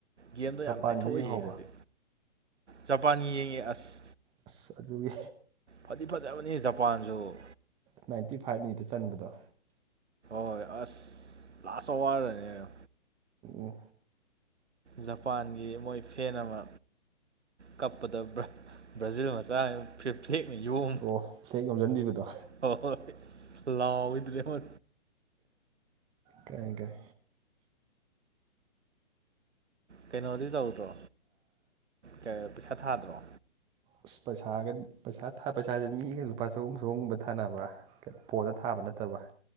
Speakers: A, on the right (about 80°); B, on the right (about 15°).
A: ꯒꯦꯝꯗꯣ
B: ꯖꯄꯥꯟꯗꯣ
A: ꯌꯥꯝ ꯂꯥꯏꯊꯣꯛꯑ
B: ꯌꯦꯡꯍꯧꯕ꯭ꯔꯣ
A: ꯌꯦꯡꯉꯗꯤ ꯖꯄꯥꯟꯒꯤ ꯌꯦꯡꯉꯤ ꯑꯁ
B: ꯑꯁ ꯑꯗꯨꯒꯤ
A: ꯐꯗꯤ ꯐꯖꯕꯅꯤ ꯖꯄꯥꯟꯁꯨ
B: ꯅꯥꯏꯟꯇꯤ ꯐꯥꯏꯚ ꯃꯤꯅꯤꯠꯇ ꯆꯟꯕꯗꯣ
A: ꯍꯣꯏ ꯑꯁ ꯂꯥꯁ ꯑꯋꯥꯔꯗꯅꯦ
B: ꯑ
A: ꯖꯄꯥꯟꯒꯤ ꯃꯣꯏ ꯐꯦꯟ ꯑꯃ ꯀꯞꯄꯗ ꯕ꯭ꯔꯥꯖꯤꯜ ꯃꯆꯥ ꯐꯤꯞ ꯐꯦꯛꯅ ꯌꯣꯝ
B: ꯑꯣ ꯐ꯭ꯂꯦꯛ ꯌꯣꯝꯁꯤꯟꯕꯤꯕꯗꯣ
A: ꯍ ꯍꯣꯏ ꯂꯥꯎꯑꯣꯏꯗꯨꯉ
B: ꯀꯥꯏ ꯀꯥꯏ
A: ꯀꯩꯅꯣꯗꯤ ꯇꯧꯗ꯭ꯔꯣ ꯄꯩꯁꯥ ꯊꯥꯗ꯭ꯔꯣ
B: ꯑꯁ ꯄꯩꯁꯥꯒ ꯄꯩꯁꯥ ꯄꯩꯁꯥꯁꯦ ꯃꯤꯒ ꯂꯨꯄꯥ ꯆꯍꯨꯝ ꯆꯍꯨꯝꯒꯨꯝꯕ ꯊꯥꯅꯕ ꯄꯣꯗ ꯊꯥꯕ ꯅꯠꯇꯕ